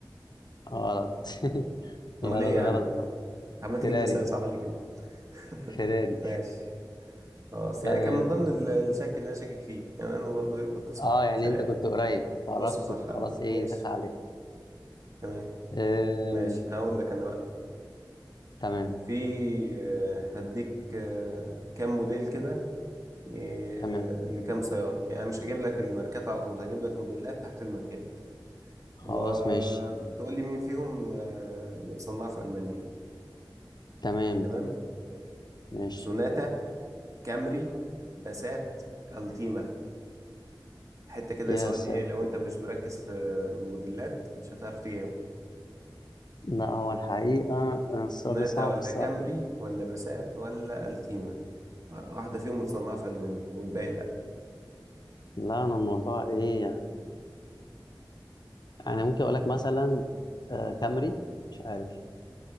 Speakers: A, on the left (about 60°); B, on the right (about 40°).
A: غلط <laughs>
B: امال
A: غلط
B: ايه يا
A: غلط
B: عم
A: غلط
B: عمال
A: فيراري
B: تجيب لي اسئله صعبه ليه كده <laughs>
A: فيراري
B: ماشي خلاص
A: تمام
B: يعني كان من ضمن ال- الشك اللي انا شاكك فيه يعني انا برضو ايه كنت صح
A: اه يعني
B: فيراري
A: انت كنت قريب قربت
B: نص صح
A: خلاص
B: آه.
A: ايه
B: ماشي
A: دخل عليك
B: تمام
A: آم،
B: ماشي هقول لك انا بقى
A: تمام
B: في آه، هديك آه، كام موديل كده ي-
A: تمام
B: لكام سيارة يعني مش هجيب لك الماركات على طول هجيب لك موديلات تحت الماركات
A: خلاص
B: وتقول
A: ماشي
B: لي مين فيهم آه، متصنعة في ألمانيا
A: تمام
B: تمام
A: تمام
B: ماشي
A: ماشي
B: سوناتا كامري باسات التيما حتة كده
A: يا
B: سؤال
A: ساتر
B: ايه لو انت مش مركز في موديلات مش هتعرف تجاوب
A: لا هو الحقيقة السؤال
B: سوناتا
A: ده صعب
B: ولا
A: الصراحة
B: كامري
A: يعني
B: ولا باسات ولا التيما واحدة فيهم متصنعة في ألمانيا والباقي
A: لا أنا الموضوع إيه يعني انا ممكن اقول لك مثلا آه كامري مش عارف